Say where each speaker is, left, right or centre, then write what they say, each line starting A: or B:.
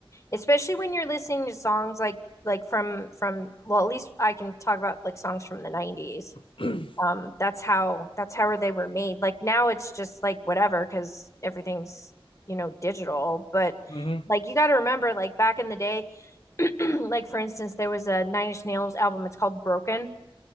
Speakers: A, on the left; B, on the left.
A: especially when you're listening to songs like like from from well, at least I can talk about like songs from the 90s.
B: <clears throat> hmm
A: Um that's how that's how they were made. Like now it's just like whatever cuz everything's, you know, digital, but
B: hmm
A: like you got to remember like back in the day, <clears throat> like for instance there was a Nine Inch Nails album it's called Broken